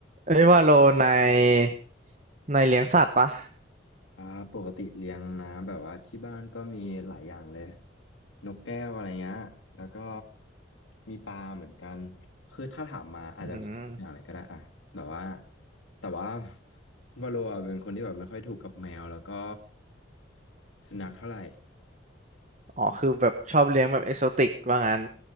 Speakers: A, on the right; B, on the left.
A: เอ้ยว่าโลในในเลี้ยงสัตว์ปะ
B: อ่าปกติเลี้ยงนะแบบว่าที่บ้านก็มีหลายอย่างเลยนกแก้วอะไรเงี้ยแล้วก็มีปลาเหมือนกันคือถ้าถามมาอาจจะมีอย่างอะไรก็ได้อ่ะแต่ว่า
A: อืม
B: แต่ว่า <laughs> วาโลอะเป็นคนที่แบบไม่ค่อยถูกกับแมวแล้วก็สุนัขเท่าไหร่
A: อ๋อคือแบบชอบเลี้ยงแบบเอกโซติกว่างั้น